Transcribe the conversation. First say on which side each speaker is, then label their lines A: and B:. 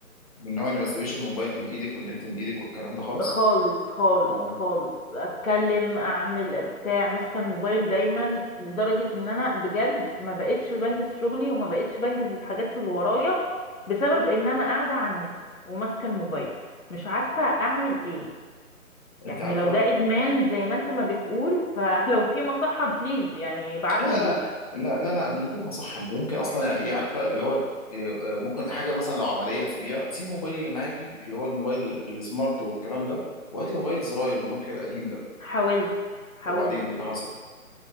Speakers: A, on the left; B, on the left.
A: من النوع اللي ما تسيبيش الموبايل من ايدك والنت من ايدك والكلام ده خالص
B: خالص خالص
A: اه
B: خالص اتكلم اعمل بتاع ماسكه الموبايل دايما لدرجه ان انا بجد ما بقتش بنجز شغلي وما بقتش بنجز الحاجات اللي ورايا بسبب ان انا قاعده على النت وماسكه الموبايل مش عارفه اعمل ايه يعني
A: انت عارفة
B: لو ده ادمان زي ما انت ما بتقول فلو في مصحه بليز يعني ابعتني
A: لا لا
B: ليها
A: لا لا لا من غير ما صح انت ممكن اصلا يعني ايه عارفة اللي هو إيه، آه، ممكن حاجة مثلا لو عملية تسيبيها سيبي الموبايل اللي معاكي اللي هو الموبايل ال- السمارت والكلام ده وهاتي موبايل زراير النوكيا القديم ده
B: حاولت حاولت
A: وبعدين ايه اللي حصل